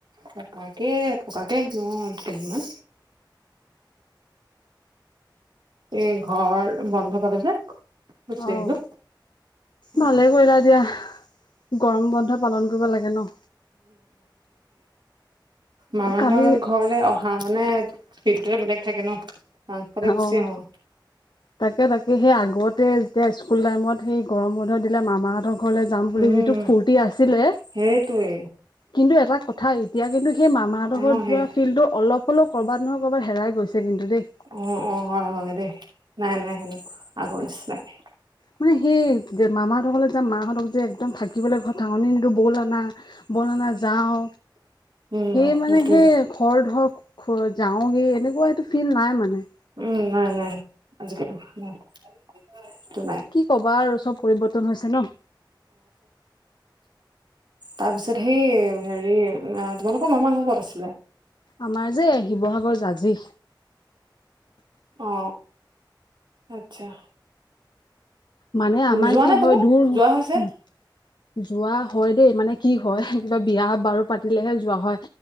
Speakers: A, on the right; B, on the left.
A: থকাকে থকাকে অ কেইদিনমান এই ঘৰ বন্ধ পালে যে গুচি
B: অঁ
A: আহিলো অ
B: ভালে কৰিলা দিয়া গৰম বন্ধই পালন কৰিব লাগে ন।
A: মামাহতৰ
B: কালি
A: ঘৰলে অহা মানে ফলটোৱে বেলেগ থাকে ন। চাঞ্চ পালে গুচি
B: অঁ
A: আহো
B: তাকে তাকে সেই আগতে যেতিয়া স্কুল টাইমত সেই গৰম বন্ধ দিলে মামাহঁতৰ ঘৰলৈ যাম বুলি
A: উম
B: যিটো ফুৰ্তি আছিলে
A: সেইটোৱে
B: কিন্তু এটা কথা এতিয়া কিন্তু সেই ম মামাহতৰ
A: অ
B: ঘত যোৱা
A: সেই
B: ফিল্ডতো অলপ হলেও কৰ'বাত নহয় কৰ'বাত হেৰাই গৈছে কিন্তু দেই
A: অ অ হয় হয় দেই নাই নাই হ ন আগ নিছিনাকে
B: মানে সেই যে মামাহঁত হলে যে মাহঁতক যে একদম থাকিবলৈ ঘৰত ঠাহনি নিদো বৌলা না বলানা যাওঁ
A: উম
B: সেই মানে
A: সেইটোৱে
B: সেই ঘৰ ধৰ যাওগে এনেকুৱা এইটো ফিল নাই মানে
A: উম নাই নাই আজিকালি নাই সেইটো
B: কি কবা আৰু চব পৰিৱৰ্তন হৈছে ন
A: তাৰ পিছত সেই হেৰি তোমালোকৰ মামা ঘৰ ক'ত আছিলে
B: আমাৰ যে শিৱসাগৰ জাজি
A: অ আচ্ছা
B: মানে আমাৰ
A: যোৱা
B: কি
A: নে
B: হয়
A: তালে
B: দূৰ
A: যোৱা হৈছে
B: যোৱা হয় দেই মানে কি হয়
A: উম
B: কিবা বিয়া বাৰু পাতিলেহে যোৱা হয়